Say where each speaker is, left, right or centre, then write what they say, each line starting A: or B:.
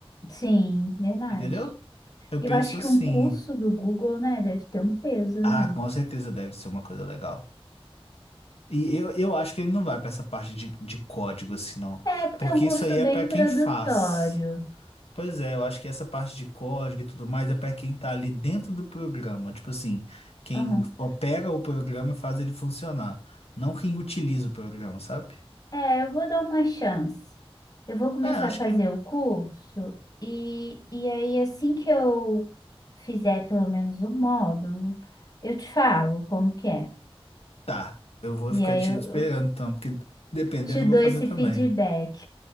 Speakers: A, on the left (about 40°); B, on the left (about 75°).
A: Sim, verdade.
B: entendeu? Eu
A: Eu
B: penso
A: acho
B: assim,
A: que um curso do Google, né, deve ter um peso,
B: ah,
A: né?
B: com certeza deve ser uma coisa legal. E eu, eu acho que ele não vai pra essa parte de, de código assim, não.
A: É, porque
B: Porque
A: é um curso
B: isso aí é
A: bem
B: pra
A: introdutório.
B: quem faz. Pois é, eu acho que essa parte de código e tudo mais é pra quem tá ali dentro do programa. Tipo assim, quem
A: Aham.
B: opera o programa e faz ele funcionar. Não quem utiliza o programa, sabe?
A: É, eu vou dar uma chance. Eu vou começar
B: É, acho
A: a fazer
B: que
A: o curso e, e aí assim que eu fizer pelo menos um módulo, eu te falo como que é.
B: tá. Eu vou
A: E
B: ficar
A: aí
B: te
A: eu
B: esperando
A: eu
B: então, porque dependendo
A: te dou
B: eu vou fazer
A: esse
B: também.
A: feedback.